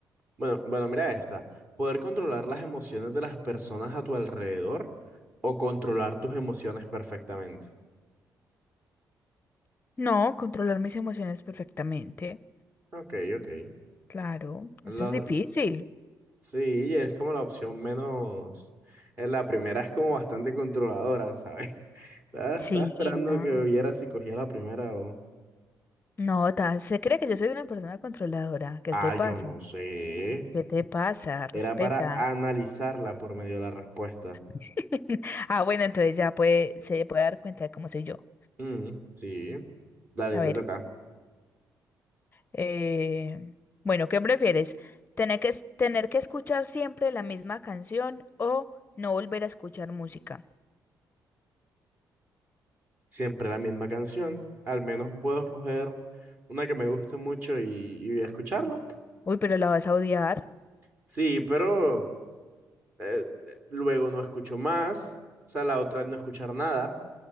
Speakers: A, on the right; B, on the left.
A: Bueno, bueno, mira esta. Poder controlar las emociones de las personas a tu alrededor o controlar tus emociones perfectamente.
B: No, controlar mis emociones perfectamente.
A: Ok, ok.
B: Claro,
A: La-
B: eso es difícil.
A: sí, es como la opción menos. en la primera es como bastante controladora, ¿sabes? <laughs> Estaba, estaba
B: Sí,
A: esperando
B: no.
A: que viera si cogía la primera o.
B: No, ta- se cree que yo soy una persona controladora. ¿Qué
A: Ah,
B: te pasa?
A: yo no sé.
B: ¿Qué te pasa? Respeta.
A: Era para analizarla por medio de la respuesta.
B: <laughs> Ah, bueno, entonces ya puede, se puede dar cuenta de cómo soy yo.
A: Mm, sí. Dale,
B: A ver.
A: te toca.
B: eh, bueno, ¿qué prefieres? ¿Tener que, es- tener que escuchar siempre la misma canción o no volver a escuchar música?
A: siempre la misma canción. Al menos puedo escoger una que me guste mucho y, y escucharla.
B: Uy, pero la vas a odiar.
A: Sí, pero eh, eh, luego no escucho más. O sea, la otra es no escuchar nada.